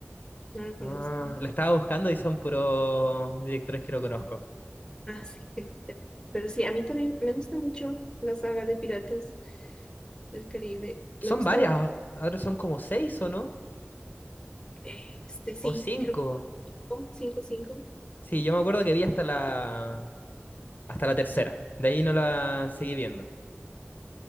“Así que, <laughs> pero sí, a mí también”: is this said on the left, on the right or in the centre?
Left